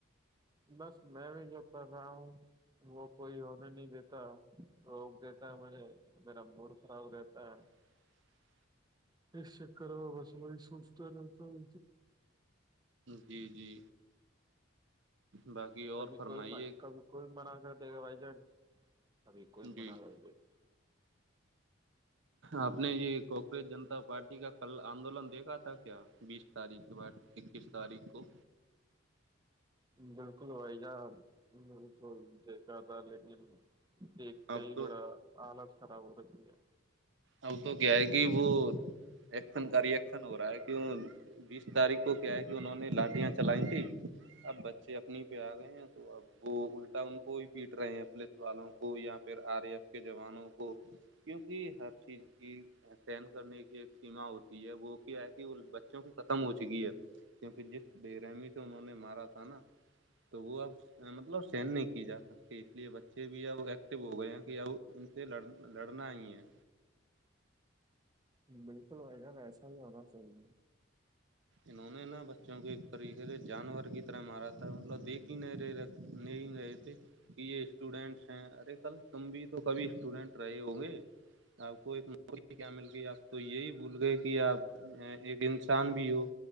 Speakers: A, on the right; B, on the right.
A: بس میں بھی جب کر رہا ہوں <unintelligible> وہ کوئی ہونے نہیں دیتا روک دیتا ہے مجھے میرا موڈ خراب رہتا ہے
B: <unintelligible>
A: ایک شکرا با بس م سست رہتا ہو
B: جی جی باقی <unintelligible>
A: کبھی
B: فرمائیے
A: کوئی م کبھی کوئی منع کر دے گا بھائی جان کبھی کوئی
B: جی
A: منع کر دے گا
B: آپ نے یہ کوکریج جنتا پارٹی کا کل آندولن دیکھا تھا کیا بیس تاریخ کے بعد اکیس تاریخ کو
A: بالکل بھائی جان بالکل دیکھا تھا ل دیکھتے
B: اب
A: ہی
B: تو
A: بڑا حالت خراب ہو رہی ہے
B: اب تو کیا ہے کہ وہ ایکشن کا ر ایکشن ہو رہا ہے کیوں بیس تاریخ کو کیا ہے کہ انہوں نے لاٹیاں چلائی تیں اب بچے اپنی پہ آ گئے ہیں تو تو اب وہ الٹا ان کو ہی پیٹ رہے ہیں پولیس والوں کو یا پھر آر ا ایف کے جوانوں کو ہر چیز کی سن کرنے کی ایک سیم ہوتی ہے وہ کیا ہے کہ بچوں کی ختم ہو چکی ہے کیونکہ جس بےرمی سے انہوں نے مارا تھا نا تو وہ اب مطلب سین نہیں کی جات سک کہ اس لیے بچے بھی ا ایکٹو ہو گئے ہیں کہ اب ان سے لڑ لڑنا ہی ہے
A: بالکل بھائی جان ایسا ہی ہونا چاہیے
B: انہوں نے نا بچوں کو ایک طریقے جانور کی طرح مارا تھا مطلب دیکھ ہی نہیں رہے نہیں گئے تھے کہ یہ اسٹوڈینٹس ہیں ارے کل تم بھی تو کبھی اسٹوڈینٹ رہے ہ گے آپ کو ایک موقع کیا مل گئی آپ تو یہی بھول گئے کہ آپ ایک انسان بھی ہو